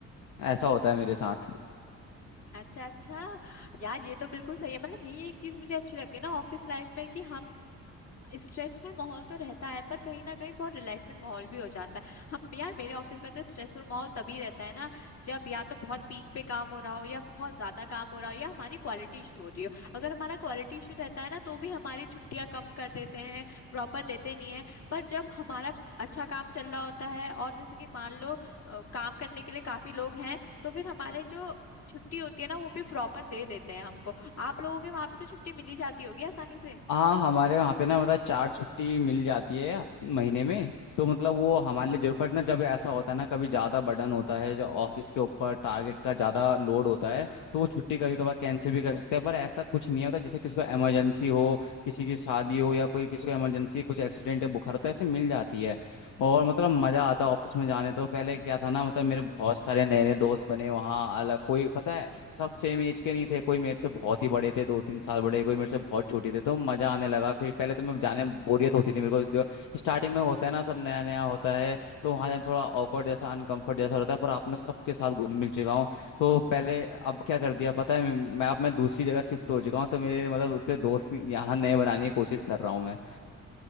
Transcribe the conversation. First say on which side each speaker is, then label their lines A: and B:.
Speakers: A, on the left (about 80°); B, on the left (about 55°).
A: ऐसा होता है मेरे साथ
B: अच्छा अच्छा यार ये तो बिल्कुल सही है मतलब यही एक चीज मुझे अच्छी लगती है ना ऑफिस लाइफ में कि हम स्ट्रेसफुल माहौल तो रहता है पर कहीं ना कहीं बहुत रिलैक्सिंग माहौल भी हो जाता है हम यार मेरे ऑफिस में तो स्ट्रेसफुल माहौल तभी रहता है ना जब या तो बहुत पीक पे काम हो रहा हो या बहुत ज्यादा काम हो रहा हो या हमारी क्वालिटी इशू हो रही हो अगर हमारा क्वालिटी इशू रहता है ना तो भी हमारी छुट्टियां कम कर देते हैं प्रॉपर देते नहीं है पर जब हमारा अच्छा काम चल रहा होता है और जैसे कि मान लो अ, काम करने के लिए काफी लोग हैं तो फिर हमारे जो छुट्टी होती है ना वो भी प्रॉपर दे देते हैं हमको आप लोगों के वहां पे तो छुट्टी मिली जाती होगी आसानी से
A: हाँ हमारे वहाँ पे ना मतलब चार छुट्टी मिल जाती है अप- महीने में तो मतलब वो हमारे लिए जरूरत पड़े ना जब ऐसा होता है ना कभी ज़्यादा बर्डन होता है जब ऑफिस के ऊपर टारगेट का ज़्यादा लोड होता है तो वो छुट्टी कभी कभार कैंसिल भी कर सकते हैं पर ऐसा कुछ नहीं होता जैसे किसी को इमरजेंसी हो किसी की शादी हो या कोई किसी को इमरजेंसी कुछ एक्सीडेंट या बुखार हो तो ऐसे मिल जाती है और मतलब मजा आता ऑफिस में जाने तो पहले क्या था ना मतलब मेरे बहुत सारे नए नए दोस्त बने वहाँ अलग कोई पता है सब सेम एज के नहीं थे कोई मेरे से बहुत ही बड़े थे दो तीन साल बड़े कोई मेरे से बहुत छोटे थे तो मजा आने लगा फिर पहले तो मैं जाने में बोरियत होती थी मेरे को स्टार्टिंग में होता है ना सब नया नया होता है तो वहाँ जाने थोड़ा awkward जैसा अनकंफर्ट जैसा रहता है पर आप मैं सबके साथ घुल मिल चुका हूँ तो पहले अब क्या कर दिया पता है मैं अब मैं दूसरी जगह शिफ्ट हो चुका हूँ तो मेरे मतलब उतने दोस्त यहाँ नए बनाने की कोशिश कर रहा हूँ मैं